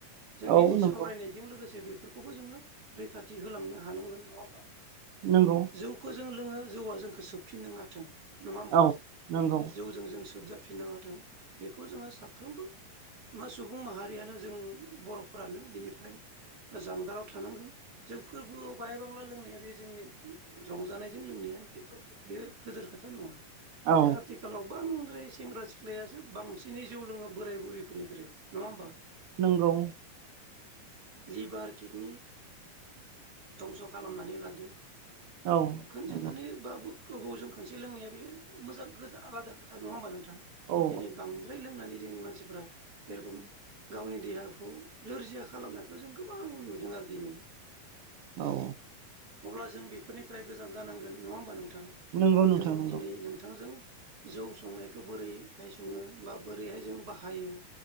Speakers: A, on the right; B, on the right.
A: जों
B: औ
A: दिनै
B: नंगौ
A: सावरायनायजों लोगोसे बेब फोरखौ बो जोंङो रैखाथि होलांनो हांनांगोन नंङा होनबा
B: नंगौ
A: जौखौ जों जौवआ जोंखौ सोबफिन नांङाथों नंङा होमबा?
B: औ नंगौ
A: जौ जों जों सोबजा फिननां हाथों बेखौ जोंङो साफ्रोमबो मा सुबुं माहारियानो जों बर'फोरानो बिनिफ्राय जानगाराव थानांगोन जों फोरबोआव बाहाय बांला लोंनाया बे जोंनि रंजानायजों लोंनाया जेबो बे गिदोर खोथा नंङा नाथाय
B: औ
A: आथिखालाव बां म्राय सेंग्रा सिख्लायासो बांसिनै जौ लोंङो बोराय बुरिफोरनिख्रुइ नंङा होमबा?
B: नोंगौ।
A: लिभार किडनि धंस' खालामनानै लादो।
B: औ
A: खोनसे
B: नंगौ
A: खोनि बाबु गोबावजों खनसे लोंनाया बे मोजां आलादा खोथा नंङा होमबा नोंथां?
B: औ
A: दिनै बांद्राय लोंनानै जोंनि मानसिफ्रा बे रखम गावनि देहाखौ नोरजिया खालामनायखौ जों गोबां नुदों आरो दिनै
B: औ
A: अब्ला जों बेफोरनिफ्राय गोजान जानांगोन नंङा होमबा नोंथां?
B: नंगौ नोंथां
A: जों
B: नंगौ
A: दिनै नोंथांजों जौ संनायखौ बोरैहाय संङो बा बोरैहाय जों बाहायो